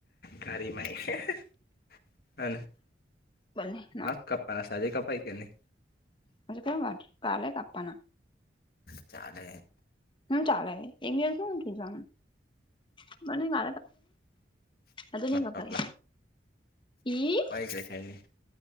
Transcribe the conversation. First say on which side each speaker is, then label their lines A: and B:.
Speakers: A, on the left; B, on the left.
A: કારી મેં હે હે ને
B: બોલ ના
A: નથ કપ પણ આ સાદે કપાએ કે નહીં?
B: હ તો કંઈ વાત કાલે કાપવાના.
A: ચાલે.
B: હું ચાલે એક દિવસ હું થય જવાનું. <unintelligible> આતો ની કાપાય.
A: કપ
B: ઈ
A: જે થાય ની.